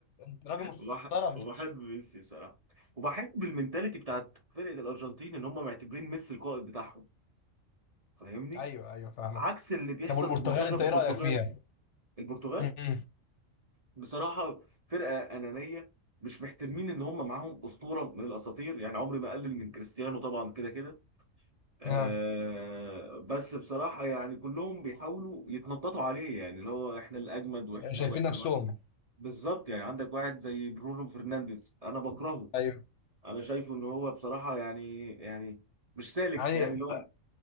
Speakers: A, on the left (about 65°); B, on the right (about 30°).
A: أنت راجل مش
B: وبح-
A: محترم
B: وبحب ميسي بصراحه وبحب المنتاليتي بتاعت فرقه الارجنتين ان هم معتبرين ميسي القائد بتاعهم فاهمني
A: ايوه ايوه فاهمك
B: عكس اللي بيحصل
A: طب والبرتغال
B: في منتخب
A: انت
B: البرتغال
A: ايه رايك فيها؟
B: البرتغال
A: امم
B: بصراحه فرقه انانيه مش محترمين ان هم معاهم اسطوره من الاساطير يعني عمري ما اقلل من كريستيانو طبعا كده كده آه
A: ها
B: بس بصراحة يعني كلهم بيحاولوا يتنططوا عليه يعني اللي هو احنا الأجمد واحنا
A: شايفين
B: واحنا
A: نفسهم
B: واحنا بالظبط يعني عندك واحد زي برونو فرنانديز أنا بكرهه
A: ايوه
B: أنا شايفه إن هو بصراحة يعني يعني مش سالك
A: يعني
B: يعني اللي هو